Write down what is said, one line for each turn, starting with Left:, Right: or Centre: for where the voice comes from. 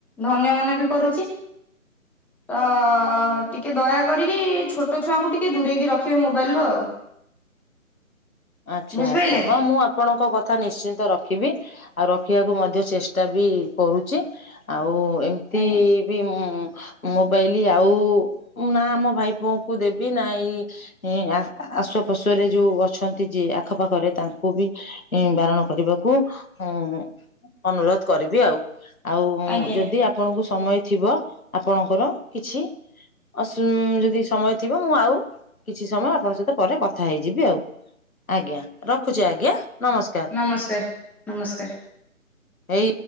Centre: ଧନ୍ୟ ମନେ ବି କରୁଛି। ଅ ଟିକେ ଦୟା କରିକି ଛୋଟ ଛୁଆଙ୍କୁ ଟିକେ ଦୂରେଇକି ରଖିବେ ମୋବାଇଲରୁ ଆଉ।
Left: ଆଚ୍ଛା
Centre: ବୁଝିପାରିଲେ
Left: ଆଚ୍ଛା ହଁ ମୁଁ ଆପଣଙ୍କ କଥା ନିଶ୍ଚିନ୍ତ ରଖିବି। ଆଉ ରଖିବାକୁ ମଧ୍ୟ ଚେଷ୍ଟା ବି କରୁଛି। ଆଉ ଏମତି
Centre: ଆଜ୍ଞା
Left: ବି ମୋବାଇଲ ଆଉ ନା ଆମ ଭାଇ ପୁଅଙ୍କୁ ଦେବି ନା ଏଇ ଏ ଆସୋ ପୋଷୋରେ ଯୋଉ ଅଛ ଅଛନ୍ତି ଯି ଆଖପାଖରେ ତାଙ୍କୁ ବି ବାରଣ କରିବାକୁ ଉ ଅନୁରୋଧ କରିବି ଆଉ ଆଉ
Centre: ଆଜ୍ଞା
Left: ଯଦି ଆପ ଆପଣଙ୍କୁ ସମୟ ଥିବ ଆପଣଙ୍କର କିଛି ଅସୁ ଯଦି ସମୟ ଥିବ ମୁଁ ଆଉ କିଛି ସମୟ ଆପଣଙ୍କ ସହିତ ପରେ କଥା ହେଇଯିବି ଆଉ। ଆଜ୍ଞା ରଖୁଛି ଆଜ୍ଞା ନମସ୍କାର।
Centre: ନମସ୍କାର। ନମସ୍କାର।
Left: ଏଇ